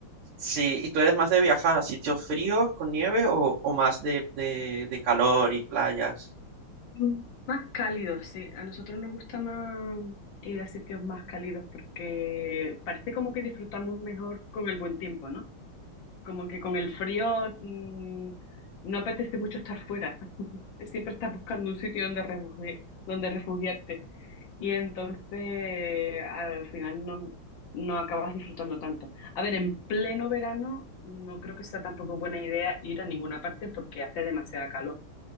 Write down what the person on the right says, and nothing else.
sí, y tú eres más de viajar a sitios fríos con nieve o, o más de, de, de calor y playas.